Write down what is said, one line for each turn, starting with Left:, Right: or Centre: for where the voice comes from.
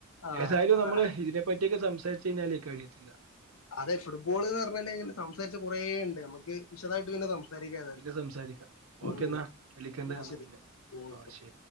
Left: ആ
Right: ഏതായാലും
Left: അതാ
Right: നമ്മള് ഇതിനെപ്പറ്റിയൊക്കെ സംസാരിച്ചുകഴിഞ്ഞാല് കഴിയത്തില്ല
Left: അതെ ഫുട്ബോളൂന്നു പറഞ്ഞാലിങ്ങനെ സംസാരിച്ചു കൊറേയുണ്ട് നമ്മക്ക്
Right: ഉം.
Left: വിശദായിട്ട് പിന്നെ സംസാ സാരിക്കേതായാലും
Right: പിന്നെ സംസാരിക്കാം ഓക്കെ
Left: ഉം
Right: എന്നാ വിളിക്കണ്ട
Left: എന്നാ ശെരി
Right: പിന്നെ
Left: ഉം
Right: ഓ
Left: ഓക്കേ
Right: ശരി